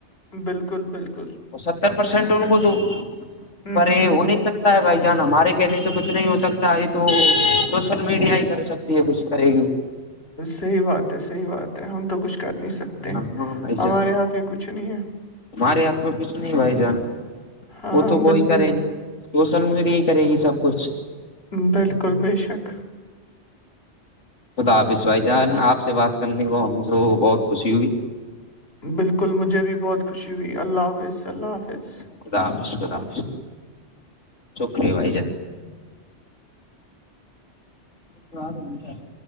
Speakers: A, on the left; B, on the left.
A: بالکل بالکل
B: وہ ستھر پرسینٹ ان کو دو
A: ہوں
B: پر
A: ہوں
B: یہ
A: ہوں
B: ہو
A: ہوں
B: نہیں سکتا ہے بھائی جان ہمارے کہنے سے کچھ نہیں ہو سکتا ا تو سوشل میڈیا ہی کر سکتی ہے کچھ کرے گی
A: صحیح بات ہے صحی بات ہے ہم تو کچھ کر نہیں سکتے
B: ہاں ہاں بھائی
A: ہمارے
B: جان
A: ہاتھ میں کچھ نہیں ہے
B: ہمارے ہاتھ میں کھ نہیں بھائی جان
A: ہاں
B: وہ تو وہی
A: بالکل
B: کرے سوشل میڈیا ہی کرے گی سب کچھ
A: بالکل ب شک
B: خدا آپس بھائی جان آپ سے بات کرنے کو ہم سے بہت خوشی ہوئی
A: بالکل مجھے بھی بہت خوشی ہوئی اللہ حافظ اللہ حافظ
B: خدا حافظ خداف چوکری ہے بھائی جان تواچارے